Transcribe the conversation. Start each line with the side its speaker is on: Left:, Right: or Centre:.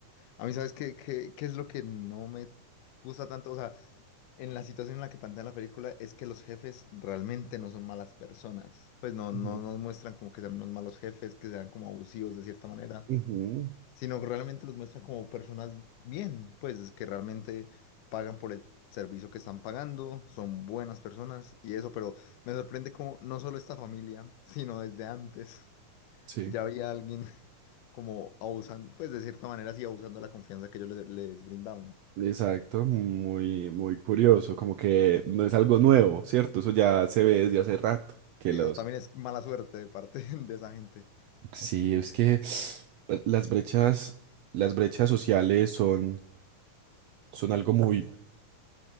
Left: A mí, ¿sabes qué, qué, qué es lo que no me gusta tanto? O sea, en la situación en la que plantean la película es que los jefes realmente no son malas personas. Pues no,
Right: Ujú,
Left: no nos muestran como que sean unos malos jefes, que sean como abusivos de cierta manera.
Right: ujú.
Left: sino que realmente los muestran como personas bien, pues que realmente pagan por el servicio que están pagando, son buenas personas y eso, pero me sorprende como no solo esta familia, <laughs> sino desde antes
Right: Sí,
Left: ya había alguien <laughs> como abusando, pues de cierta manera sí abusando de la confianza que ellos le- les, brindaban.
Right: exacto, muy, muy curioso, como que no es algo nuevo, ¿cierto? Eso ya se ve desde hace rato, que
Left: Sí,
Right: los...
Left: o también es mala suerte de parte <laughs> de esa gente.
Right: Sí, es que <sniffs> las brechas, las brechas sociales son, son algo muy,